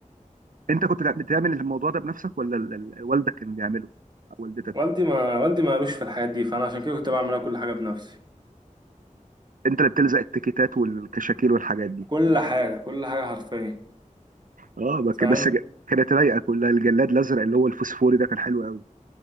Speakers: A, on the right; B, on the right.
A: انت كنت بتعمل الموضوع ده بنفسك ولا ال- ال- والدك كان بيعمله او والدتك
B: والدي ما والدي ما قالوش في الحاجات دي فأنا عشان كده كنت بعملها كل حاجة بنفسي
A: انت اللي بتلزق التيكيتات والكشاكيل والحاجات دي
B: كل حاجة كل حاجة حرفيا
A: اه بك-
B: فاهم
A: بس ج- كانت رايقه كلها الجلاد الازرق اللي هو الفوسفوري ده كان حلو